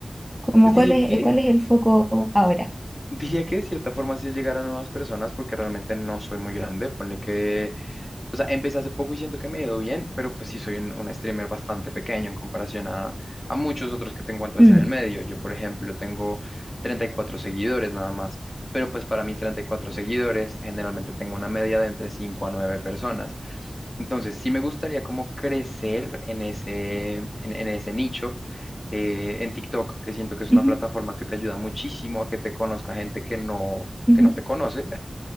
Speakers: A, in the centre; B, on the left (about 25°).
A: Como
B: Pues diría
A: cuál es,
B: que,
A: cuál es el foco ahora?
B: diría que de cierta forma sí es llegar a nuevas personas porque realmente no soy muy grande. Ponle que O sea, empecé hace poco y siento que me he ido bien, pero pues sí soy un, un streamer bastante pequeño en comparación a, a muchos otros que te encuentras
A: Mm,
B: en el medio. Yo, por ejemplo, tengo 34 seguidores nada más, pero pues para mis 34 seguidores generalmente tengo una media de entre 5 a 9 personas. Entonces, sí me gustaría como crecer en ese, en, en ese nicho, eh, en TikTok, que siento que es una
A: ujú,
B: plataforma que te ayuda muchísimo a que te conozca gente que no,
A: ujú,
B: que no te conoce.